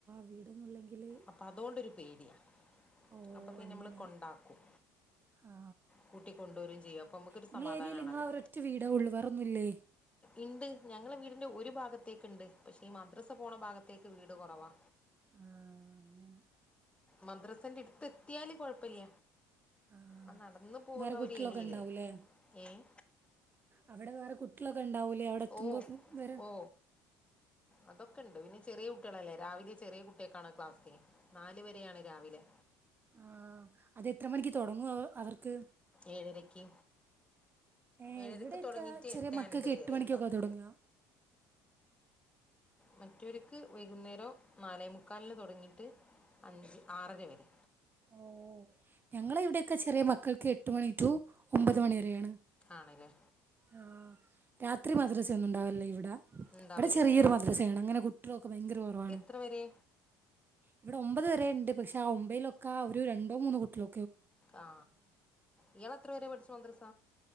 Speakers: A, on the right (about 25°); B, on the left (about 15°).
A: വീടൊന്നുമില്ലെങ്കില്
B: അപ്പൊ അതൊണ്ടൊരു പേടിയാ.
A: ഓ
B: അപ്പൊ പിന്നെ
A: അങ്ങനെ
B: അമ്മള് കൊണ്ടാക്കും.
A: ആ
B: കൂട്ടി കൊണ്ടു വരുകയും ചെയ്യും. അപ്പൊ അമ്മക്കൊരു
A: നിങ്ങളെ
B: സമാധാനാണല്ലോ.
A: ഏരിയയിൽ നിങ്ങളെ ഒരൊറ്റ വീടേ ഉള്ളൂ വേറൊന്നുമില്ലേ
B: ഇണ്ട് ഞങ്ങളെ വീടിന്റെ ഒരു ഭാഗത്തേക്ക് ഇണ്ട്. പക്ഷേ ഈ മദ്രസ പോണ ഭാഗത്തേക്ക് വീട് കൊറവാ.
A: ആ അങ്ങനെ
B: മദ്രസേന്റെ അടുത്ത് എത്തിയാല് കൊഴപ്പില്ല.
A: ആ
B: ആഹ് നടന്ന് പോകുന്ന
A: വേറെ കുട്ടികളൊക്കെ
B: ഒരു ഏരിയയില്
A: ഉണ്ടാവൂലേ
B: ഏഹ്
A: അവിടെ വേറെ കുട്ട്യാള ക്കെ ഇണ്ടാവൂലേ അയുടെ എത്തുമ്പോക്ക്
B: ഓ
A: വെറെ
B: ഓ അതൊക്കെ ഉണ്ട് പിന്നെ ചെറിയ കുട്ടെൾ അല്ലേ രാവിലിം ചെറെ കുട്ടെക്കാണെ ക്ലാസെ നാല് വെരെയാണ് രാവിലെ
A: ആ അത് എത്ര മണിക്ക് തൊടങ്ങും അവ അവർക്ക്
B: ഏഴരെക്ക്
A: ഏ
B: ഏഴരക്ക്
A: ഇവിടെയൊക്കെ
B: തൊടങ്ങീട്ട്
A: ചെറിയ
B: എട്ട്
A: മക്കൾക്ക്
B: അന്പത്
A: എട്ട്
B: വരെ
A: മണിക്കൊക്കെ
B: ഇണ്ടാവും
A: തുടങ്ങുക
B: മകോര്ക്ക് വൈകുന്നേരം നാലെമുക്കാൽന് തൊടങ്ങിട്ട് അഞ്ച് ആറര വെരെ
A: ഓ ഞങ്ങളെ ഇവിടെ ഒക്കെ ചെറിയ മക്കൾക്ക് എട്ട് മണി ടു ഒമ്പത് മണി വരെയാണ്
B: ആണ് ലെ
A: ആ രാത്രി മദ്റസ ഒന്നും ഇണ്ടാവൽ ഇല്ല ഇവിടെ
B: ഉണ്ടാവലില്ല
A: ഇബടെ ചെറിയൊരു മദ്രസയാണ് അങ്ങനെ കുട്ടിളൊക്കെ ഭയങ്കര കൊറവാണ്
B: എത്ര വരെ
A: ഇവ്ടെ ഒമ്പത് വെരെ ഇണ്ട് പക്ഷെ ആ ഒമ്പെയ്ലൊക്കെ ആ ഒരു രണ്ടോ മൂന്നോ കുട്ടിളൊ
B: ആ ഇയാൾ എത്ര വെരെ പഠിച്ചു മദ്രസ